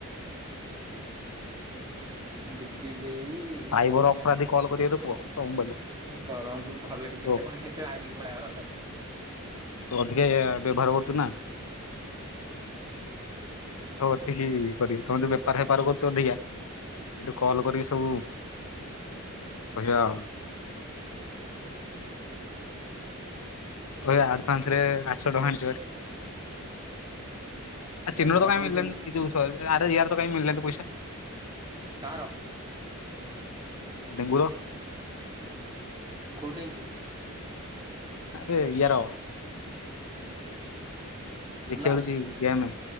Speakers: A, on the right; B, on the left.
A: ବିକି ଦେଇ
B: ସାଇବର
A: ପଇସା
B: ଅପରାଧୀ କଲ୍ କରିବେ ତ କୁହ ତମ ମୋବାଇଲରୁ
A: କରନ୍ତୁ ଭଲ କି ଦିଟା
B: କୁହ
A: କଣ ହେଇଥିଲେ, ଲାଇନକୁ ପଳେଇବ ଏକାଥରେ।
B: ତୁ ଅଧିକା ବ୍ୟବହାର କରୁଛୁ ନା ହଉ ଏତିକି କରିକି ତମ ତ ବେପାର ହେପାର କର। ଅଧିକା ଏଠୁ କଲ କରିକି ସବୁ କହିବା ଆଉ। କହିବା ଆଡଭାନ୍ସ ରେ ଆଠଶହ ଟଙ୍କା ଆଣିଥିବାରୁ। ଆ
A: ଏରେ
B: ଚିନୁ ର
A: ଡରଉଛନ୍ତି
B: ତ କାଇଁ ମୀଲାନି କିନ୍ତୁ ସରୀ ଆରେ ୟାର। ତ କାଇଁ ମିଳିଲାନି ପଇସା?
A: କାଆର?
B: ଡେଙ୍ଗୁର।
A: କୋଉ ଡେଙ୍ଗୁ?
B: ଆରେ ଇୟାର। ହେଇ
A: ଚନ୍ଦା
B: ଖେଳୁଚ଼ି ଗେମେ।